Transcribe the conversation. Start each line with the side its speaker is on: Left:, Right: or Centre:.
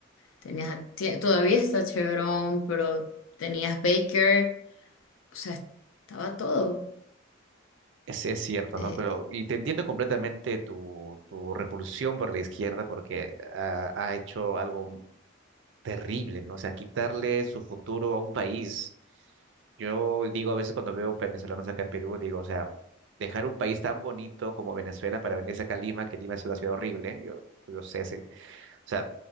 Left: tenías a- tie- todavía está Chevron, pero tenías Baker, o sea, estaba todo.
Right: es, es cierto,
Left: Eh,
Right: ¿no? Pero, y te entiendo completamente tu, tu repulsión por la izquierda porque ha, ha hecho algo terrible, ¿no? O sea, quitarle su futuro a un país Yo digo a veces cuando veo venezolanos acá en Perú, digo, o sea, dejar un país tan bonito como Venezuela para venirse acá a Lima, que Lima es una ciudad horrible, yo, yo sé, sé- o sea,